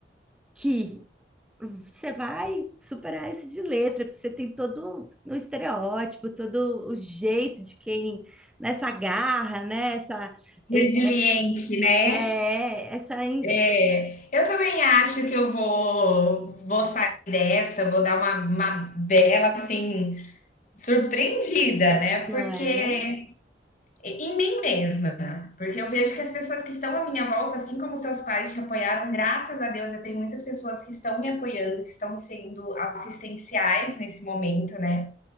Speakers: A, in the centre; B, on the left.
A: que você vai superar isso de letra, porque você tem todo um um estereótipo, todo o jeito de quem, nessa garra, né? Essa,
B: Resiliente,
A: é,
B: né?
A: é, essa, in-
B: É, eu também acho que eu vou vou sair dessa, vou dar uma uma bela, assim, surpreendida, né,
A: não
B: porque
A: é?
B: em mim mesma, né? porque eu vejo que as pessoas que estão à minha volta, assim como seus pais te apoiaram, graças a Deus, eu tenho muitas pessoas que estão me apoiando, que estão sendo assistenciais nesse momento, né.